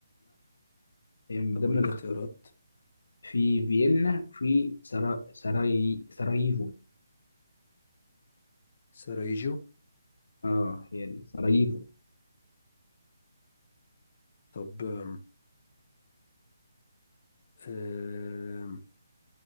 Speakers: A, on the left; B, on the left.
A: هي من
B: طب
A: ضمن
B: والاختيارات
A: الاختيارات في فيينا في سرا... سراي... سراييفو
B: سرايجو
A: اه هي دي سراييفو
B: طب آم، آم،